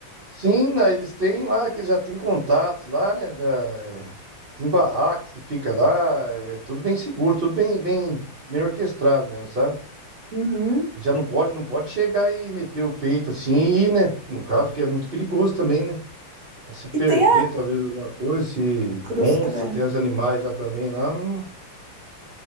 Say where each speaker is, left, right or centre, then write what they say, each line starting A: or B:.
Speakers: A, on the right; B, on the right.
A: Sim, né, eles têm lá, que eles já têm contatos lá, né? já, é, tem barracas que fica lá, é tudo bem seguro, tudo bem, bem, bem orquestrado mesmo, sabe?
B: Uhum.
A: E já não pode, não pode chegar e meter o peito assim e ir, né? No caso, que é muito perigoso também, né? Pra se perder,
B: E tem a
A: talvez, alguma coisa, se
B: Cruz
A: onça,
B: Credo.
A: tem os animais lá também, lá. não-